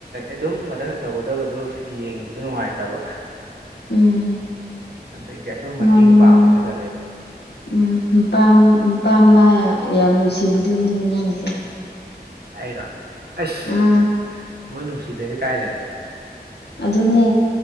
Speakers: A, on the right (about 70°); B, on the left (about 80°).
A: ꯑꯗꯨꯝ ꯃꯊꯟꯇ ꯇꯧꯒꯗꯕꯗꯨ ꯌꯦꯡꯕꯗꯨ ꯅꯨꯡꯉꯥꯏꯇꯕ
B: ꯎꯝ
A: ꯑꯗꯨꯒꯤ ꯑꯗꯨꯝ ꯃꯇꯦꯡ
B: ꯃꯥꯅꯤ
A: ꯄꯥꯡꯕꯤꯕ
B: ꯃꯥꯅꯤ
A: ꯆꯠꯂꯦ
B: ꯎꯝ ꯄꯝ ꯄꯥꯝꯃ ꯌꯥꯝ ꯅꯨꯡꯁꯤꯕꯗꯨꯅꯤꯅꯦ ꯅꯪꯁꯦ
A: ꯑꯩꯔꯣ ꯑꯁ
B: ꯎꯝ
A: ꯃꯣꯏ ꯅꯨꯡꯁꯤꯗꯔꯗꯤ ꯀꯥꯏꯗꯩꯅꫭꯗ
B: ꯑꯗꯨꯅꯦ